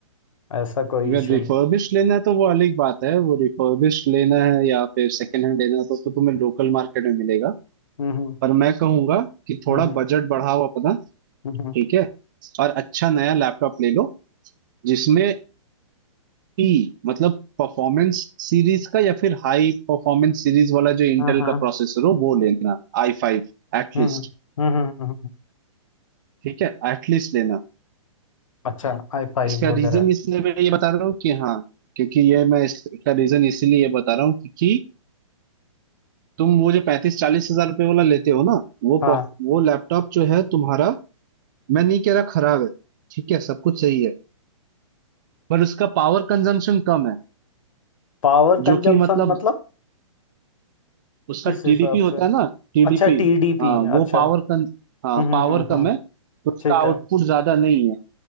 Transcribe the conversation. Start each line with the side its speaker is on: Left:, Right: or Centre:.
Left: ऐसा कोई
Right: अगर
Left: इशू
Right: रिफर्बिश
Left: नहीं
Right: लेना है तो वो अलग बात है वो रिफर्बिश लेना है या फिर सेकेंड हैंड लेना है तो, तो तुम्हें लोकल मार्केट में मिलेगा
Left: हम्म
Right: पर मैं कहूंगा कि थोड़ा
Left: हम्म हम्म
Right: बजट बढ़ाओ अपना
Left: हम्म हम्म
Right: ठीक है और अच्छा नया लैपटॉप ले लो जिसमें पी मतलब परफॉर्मेंस सीरीज का या फिर हाई परफॉर्मेंस सीरीज वाला जो इंटेल
Left: हाँ, हाँ,
Right: का प्रोसेसर हो वो लेना I five at least
Left: हम्म हम्म हम्म, हम्म, हम्म, हम्म।
Right: ठीक है एटलीस्ट लेना
Left: अच्छा आई फाइव
Right: इसका
Left: वगैरह
Right: रीजन इसलिए मैं ये बता रहा हूँ कि हाँ क्योंकि ये मैं इसका रीजन इसीलिए ये बता रहा हूँ क्योंकि तुम वो जो पैंतीस चालीस हजार रुपये वाला लेते हो ना वो
Left: हाँ
Right: perf- वो लैपटॉप जो है तुम्हारा मैं नहीं कह रहा खराब है ठीक है सब कुछ सही है पर उसका पावर कंजम्पशन कम है
Left: पावर कंजम्पशन
Right: जो कि मतलब
Left: मतलब
Right: उसका
Left: किस हिसाब
Right: टीडीपी होता
Left: से
Right: है ना टीडीपी
Left: अच्छा टीडीपी
Right: हाँ
Left: अच्छा
Right: वो पावर
Left: हम्म
Right: कन हाँ
Left: हम्म
Right: पावर
Left: हम्म
Right: कम
Left: हम्म,
Right: है तो उसका
Left: ठीक
Right: आउटपुट
Left: है
Right: ज्यादा नहीं है